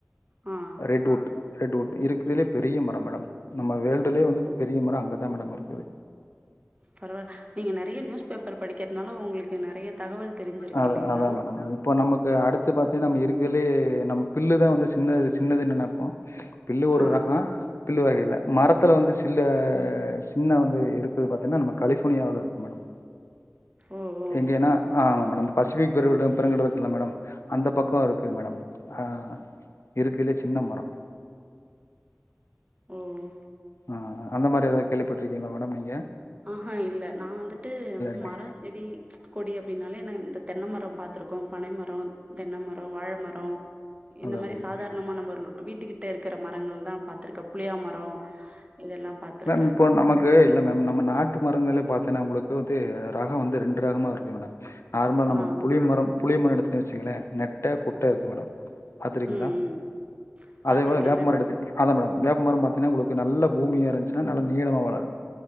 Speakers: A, on the right; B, on the left.
A: ஆ
B: ரெட்வூட் ரெட் வுட் இருக்குறதுலேயே பெரிய மரம் மேடம் நம்ம வேல்டுலே வந்து
A: ஓ
B: பெரிய மரம் அங்க அங்கதான் மேடம் இருக்குது
A: பரவா நீங்க நறைய நியூஸ் பேப்பர் படிக்காட்னாலும் உங்களுக்கு நறைய தகவல் தெரிஞ்சிருக்கு
B: அத
A: இல்லைங்களா
B: அதான் மேடம் இப்ப நமக்கு அடுத்து பாத்தீங்கன்னா நம்ம இருக்கலே நம் பில்லு தான் வந்து சின்னது சின்னதுன்னு நெனைப்போம் பில்லு ஒரு
A: ஆ
B: ரகம் பில்லு வகையில மரத்துல வந்து சில்லு சின்ன வந்து இருக்குது பார்த்தீங்கன்னா நம்ம கலிபோர்னியாவில இருக்கு மேடம்
A: ஓ ஓ
B: எங்கேன்னா ஆ ஆமா மேடம் பசிபிக் பெருங்கடல் இருக்குல்ல மேடம் அந்த பக்கம் இருக்குது மேடம் ஆ இருக்குறதுலே சின்ன மரம்
A: ம்
B: ம் ம்அந்த மாதிரி ஏதாவது கேள்விப்பட்டிருக்கீங்களா மேடம் நீங்க
A: ஆ இல்ல நான் வந்துட்டு
B: நாங்க
A: மரம் செடி கொடி அப்டி அப்டினாலே நான் இந்த தென்னைமரம் பாத்திருக்கோம் பனைமரம் தென்னை மரம் வாழை மரம் இந்த
B: அதா
A: மாதிரி
B: அதா மேடம்
A: சாதாரணமா நம்ம வீட்டுக்கிட்ட இருக்கிற மரங்கள் தான் பாத்திருக்கேன் புளியா மரம் இதெல்லாம் பாத்திருக்கேன்
B: மேம் இப்போ நமக்கு இல்ல மேம் நம்ம நாட்டு மரங்களே பார்த்தேனா உங்களுக்கு வந்து ரகம் வந்து ரெண்டு ரகமா இருக்கு மேடம் ஆரம்ப இல்லாம
A: ஆ, ஆ.
B: இருக் மரம் புளிய மரம் இருக்குன்னு வச்சுங்களேன் நெட்டை குட்டை இருக்கு மேடம் பாத்துருக்கீங்களா
A: ம், ம். பாத்துருக்கேன்.
B: அதே போல வேப்பமரம்
A: நட்
B: எடுத்து அதான் மேடம் வேப்பமரம் பாத்தீங்கன்னா உங்களுக்கு நல்ல பூமியா இருந்துச்சுன்னா நல்ல நீளமா வளரும்